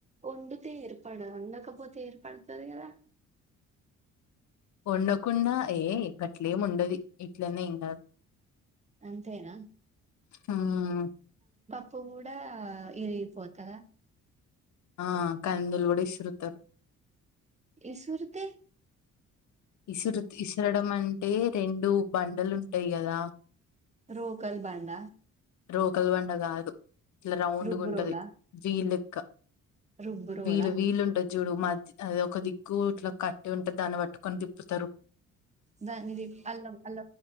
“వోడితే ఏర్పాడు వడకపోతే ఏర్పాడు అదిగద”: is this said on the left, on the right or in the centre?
Right